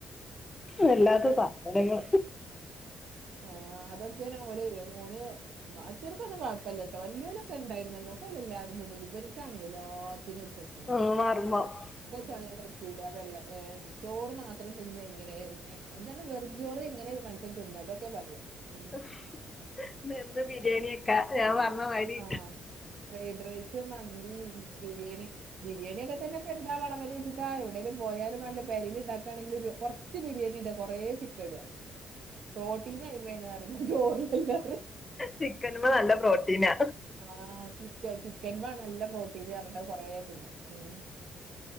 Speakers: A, on the left; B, on the right.
A: വല്ലാത്ത സാധനങ്ങള്
B: ആഹ് അതൊക്കെണ് ഓല് ഓൻ മറ്റൊൽക്കൊന്നും കൊഴപ്പല്ലട്ടെ വല്യോൽക്കെ ഇണ്ടായിനിയെന്നു എല്ലാരും തിന്നിനി ഇവൽക്കാണ് എല്ലാത്തിനും ഒരു പ്രശ്നം
A: ഉം <unintelligible>
B: ചൊയാ പറ്റൂല വെള്ള ചോറ് മാത്രം തിന്ന് എങ്ങനെ എന്താണ് വെറും ചോറ് എങ്ങനെ മന തിന്നോണ്ടക്കയാ പറയാ ഉം
A: <unintelligible> എന്നും ബിരിയാണി വെക്കാ ഞാൻ പറഞ്ഞമാതിരി
B: ആഹ് ഫ്രൈഡ് റൈസ് മന്തി ബിരിയാണി ബിരിയാണി ഒക്കെ തന്നെ ഇപ്പ എന്ത വന്ന് വെച്ചിട്ടാ എവിടേലി പോയാലും വാണ്ടില്ല പേരെൽ ഇണ്ടാക്കണെങ്കിൽ കൊർ കുറച്ച് ബിരിയാണി ഇട കൊറെ ചിക്കൻ പ്രോട്ടീൻ <unintelligible> ചോറില്ലല്ലോ
A: ചിക്കൻ മൽ നല്ല പ്രോട്ടീനാ
B: ആ ചിക്ക ചിക്കൻലാ നല്ല പ്രോട്ടീന് പറഞ്ട്ട് അതു കൊറെ തിന്നും ഉം